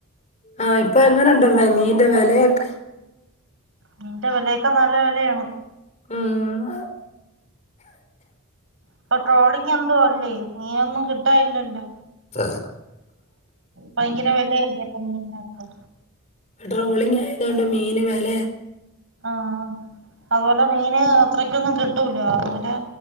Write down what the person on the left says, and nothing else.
ആഹ് ഇപ്പൊ എങ്ങനെണ്ട് മീനിൻ്റെ വിലയൊക്കെ
ഉമ്
ത്താ
ഇപ്പ ട്രോളിങ് ആയത് കൊണ്ട് മീന് വേലെ